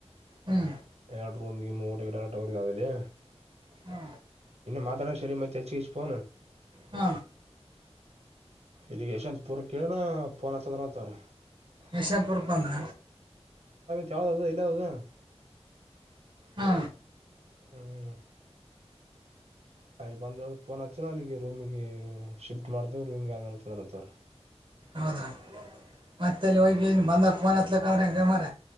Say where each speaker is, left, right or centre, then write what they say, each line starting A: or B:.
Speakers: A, on the right; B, on the right.
A: ಹ್ಞೂ
B: ಎರಡು ರೂಮ್ಿಗೆ ಮೂಟ ಗ ಎರಡು ಟವರ್ಗದುಲ್ಲ
A: ಹಾ
B: ಮಾತಾ ನ ಶರ ಚೆಚೀ ಸ್್ಫೋ
A: ಹ
B: ಇರಿಗೇೇಶನ್ ಪೂರ ಕೇಳನ ಪೋನ ಅಚ್ಚದ್ರಂತ ಅವ್ರು
A: ಇಸಮ್ ಪುರಕ್ಕೆ ಬಂದ್ರ
B: ಹೌದು <unintelligible> ವಾಗ
A: ಹಾ
B: ಹ್ಮ್ ಅಲ್ಲಿ ಬಂದ ಈಳ್ದ ಫೋನ್ ಹಚ್ಚನ ಅಲ್ಲಿಗೆ ರೂಮಗ ಶಿಫ್ಟ್ ಮಾಡ್ತೇವ ರೂಮಗೆ <unintelligible> ಫೋನ್ ಅಚ್ಚವರ
A: ಹೌದ ಮತ್ತೆ ಅಲ್ಲಿ ಹೋಗಗ ಏನ್ ಬಂದಾಗ ಫೋನ್ ಹತ್ಲಕ್ ಅಂದ್ರೆ ಹಂಗಗೆ ಮರ